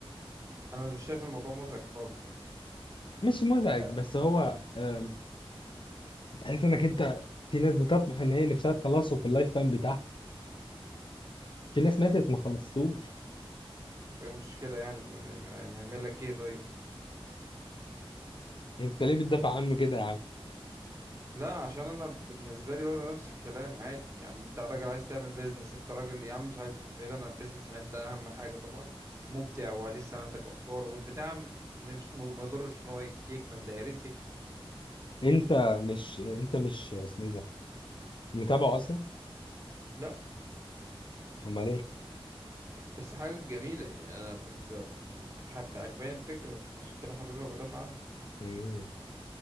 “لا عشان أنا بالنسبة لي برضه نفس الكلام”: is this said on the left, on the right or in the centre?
Right